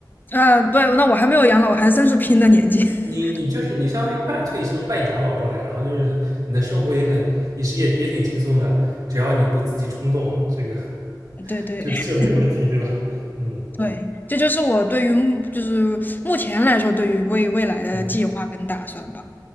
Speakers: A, on the left; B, on the right.
A: 呃，对，那我还没有养老，我还算是拼的年纪。<laughs>
B: 你你就是你相当于半退休半养老状态，然后就是你的生活也很，你是也也挺轻松的，只要你不自己冲动，这个 <laughs>
A: 对对嗯
B: 就就没问题，对吧？嗯
A: 对，这就是我对于目就是目前来说对于未未来的计划跟打算吧。
B: 嗯。